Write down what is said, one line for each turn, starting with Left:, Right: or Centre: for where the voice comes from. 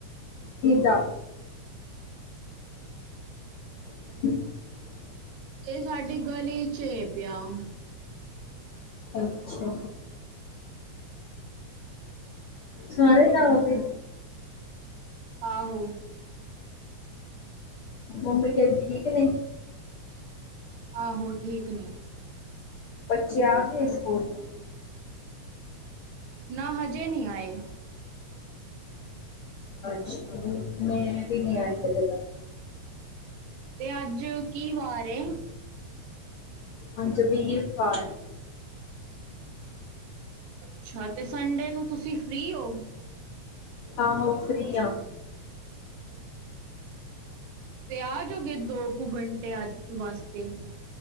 Left: ਕਿਦਾ? <inaudible>
Right: ਇਹ ਸਾਡੀ ਗਲੀ ਚ ਏ ਵਿਆਹ।
Left: ਅੱਛਾ। ਸਾਰੇ ਜਾਓਗੇ?
Right: ਆਹੋ
Left: ਮੰਮੀ ਤੇਰੀ ਠੀਕ ਨੇ?
Right: ਆਹੋ, ਠੀਕ ਨੇ।
Left: ਬੱਚੇ ਆ ਗਏ ਸਕੂਲ ਤੋਂ
Right: ਨਾ ਹਜੇ ਨੀ ਆਏ।
Left: ਅੱਛਾ, ਮੇਰੇ ਵੀ ਨੀ ਆਏ ਹਜੇ ਤੱਕ।
Right: ਤੇ ਅੱਜ ਕੀ ਵਾਰ ਏ?
Left: ਅੱਜ ਵੀਰਵਾਰ ਏ।
Right: ਅੱਛਾ, ਤੇ ਸੰਨਡੇ ਨੂੰ ਤੁਸੀਂ ਫ੍ਰਰੀ ਓ?
Left: ਆਹੋ ਫਰੀ ਆ।
Right: ਤੇ ਆ ਜੋੋਗੇ ਦੋ ਕੁ ਘੰਟਿਆਂ ਵਾਸਤੇ?